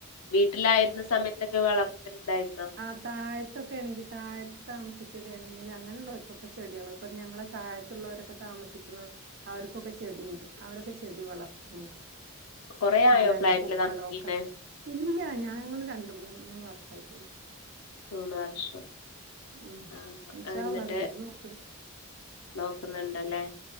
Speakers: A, on the left; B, on the right.
A: വീട്ടിലായിരുന്ന സമയത്തൊക്കെ വളർത്തല്ണ്ടായി
B: ആഹ് താഴത്തൊക്കെ ആണെങ്കി താഴത്ത് താമസിക് ക്യുകേണെങ്കില് അങ്ങനെയുള്ളവർക്കൊക്കെ ചെടിയൊളപ്പ ഞങ്ങളെ തഴത്തുള്ളവരൊക്കെ താമസിക്ണോ അവർക്കൊക്കെ ചെ ടിണ്ട് അവരൊക്കെ ചെടി വളർത്ണണ്ട്
A: കൊറേ ആയോ
B: നല്ലല്ല
A: ഫ്ളാറ്റില്
B: പൂക്കളോ
A: താമസിക്കണേ
B: ഒക്കെ ഇല്ല ഞാങ്ള് രണ്ട് മൂന്ന് മൂന്ന് വർഷയിട്ടുള്ളൂ
A: മൂന്ന് വർഷം
B: ഉം
A: ആഹ്
B: <unintelligible>
A: എന്നിട്ട്
B: വീട് നോക്ണ്ട്
A: നോക്കുന്നുണ്ടല്ലേ